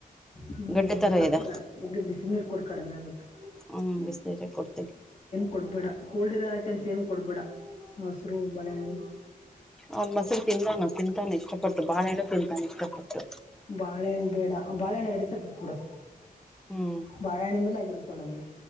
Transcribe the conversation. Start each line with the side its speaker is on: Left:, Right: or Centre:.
Left: ಹ್ಮ್
Centre: ಗಡ್ಡೆ ತರ
Left: ಇಲ್ಲ
Centre: ಇದೆ
Left: ಇ ಬಿಸ ನೀರ್ ಕೂಡ ಕಡಿಮೆ ಆಗತ್ರಿ
Centre: ಹ್ಮ್ ಬಿಸ್ ಕೊಡತಿನಿ
Left: ಕೊಡ್ಬೇಡ ಕೋಲ್ಡ್ ಕೋಲ್ಡ್ ಇರೋ ಐಟಮ್ಸ್ ಏನು ಕೊಡ್ಬೇಡ ಮೊಸರು ಬಳೆಹಣ್ಣಿ
Centre: ಆ ಮಸರು ತಿದಾನ ತಿಂತಾನೆ ಇಷ್ಟಪಟ್ಟು ಬಾಳೆಣ ತಿಂತಾನೆ ಇಷ್ಟಪಟ್ಟು
Left: ಬಾಳೆಹಣ್ಣ ಬೇಡ ಬಾಳೆಹಣ್ಣ ರೆಡಿಿಸ ಬಿಟ್ಬಿಡು
Centre: ಹ್ಮ್
Left: ಬಾಳೆಹಣ್ಣಿಂದಲ ಆಗಿರುತ್ತ ನಮ್ಗೆ